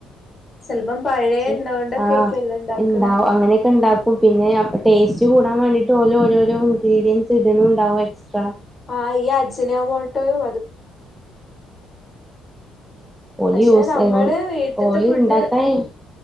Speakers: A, on the left; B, in the centre.
A: ചെലപ്പം പഴേ
B: ശരി
A: എണ്ണ കൊണ്ടൊക്കെ
B: ആഹ്
A: ആയിക്കുല്ലേ ഇണ്ടാക്കണെ
B: ഇണ്ടാവും അങ്ങനെയൊക്കെ ഇണ്ടാക്കും പിന്നെ ടേസ്റ്റ് കുടാൻ വേണ്ടിട്ട് ഓല് ഓരോരോ ഇൻഗ്രീഡിയൻസ് ഇടണുവുണ്ടാവും എക്സ്ട്രാ
A: ആ ഈ അജിനാമോട്ടോയും
B: ഓല്
A: പക്ഷെ
B: യൂസ്
A: നമ്മള്
B: ചെയ്യൂല
A: വീട്ടിത്തെ
B: ഓല്
A: ഫുഡ്
B: ഉണ്ടാക്കാൻ